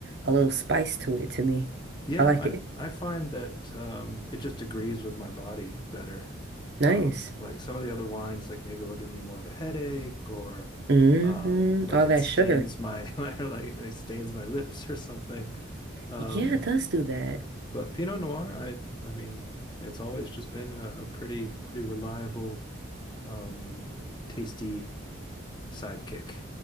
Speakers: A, on the right (about 55°); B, on the left (about 20°).
A: a little spice to it to me.
B: Yeah,
A: I like it.
B: I, I find that um, it just agrees with my body better.
A: Nice.
B: Um, like some of the other wines, like maybe they'll give me more of a headache or
A: Mm-hmm.
B: um, like
A: All
B: it
A: that
B: stains
A: sugar.
B: my <laughs> like, like stains my lips or something. Um,
A: Yeah, it does do that.
B: but Pinot Noir, I I mean, it's always just been a, a pretty pretty reliable, um, tasty sidekick.